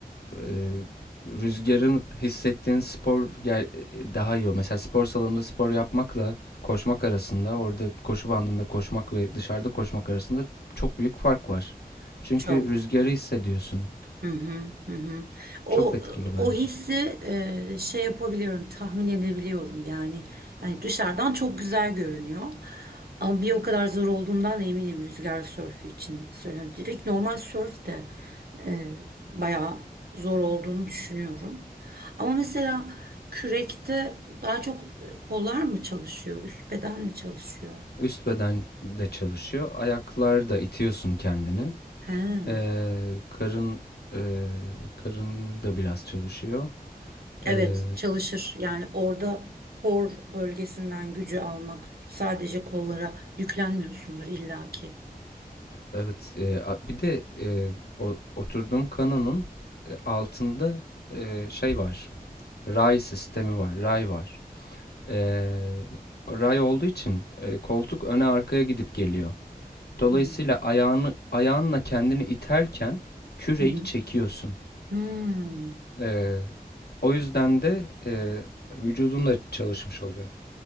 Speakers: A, on the left (about 85°); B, on the right (about 75°).
A: e, rüzgarın hissettiğin spor ger- daha iyi oluyor. Mesela spor salonunda spor yapmakla koşmak arasında, orada koşu bandında koşmak ve dışarıda koşmak arasında çok büyük fark var. Çünkü
B: Çok.
A: rüzgarı hissediyorsun.
B: Hı hı, hı hı. O
A: Çok etkili bence.
B: o hissi e, şey yapabiliyorum, tahmin edebiliyorum yani. Yani dışarıdan çok güzel görünüyor. Ama bir o kadar zor olduğundan eminim rüzgar sörfü için söylüyorum. Direkt normal sörf de e, bayağı zor olduğunu düşünüyorum. Ama mesela kürekte daha çok e, kollar mı çalışıyor, üst beden mi çalışıyor?
A: Üst beden de çalışıyor. Ayaklar da itiyorsun kendini.
B: He.
A: Eee, karım, eee, karım da biraz çalışıyor.
B: Evet,
A: Eee,
B: çalışır. Yani orada kor bölgesinden gücü almak sadece kollara yüklenmiyorsundur illaki.
A: evet, eee, a- bir de eee, o, oturduğum kanonun e, altında eee, şey var. Ray sistemi var, ray var. Eee, ray olduğu için e, koltuk öne arkaya gidip geliyor. Dolayısıyla
B: Hmm.
A: ayağını ayağınla kendini iterken küreyi
B: Hı hı.
A: çekiyorsun.
B: Hmm.
A: Eee, o yüzden de eee vücudun da çalışmış oluyor.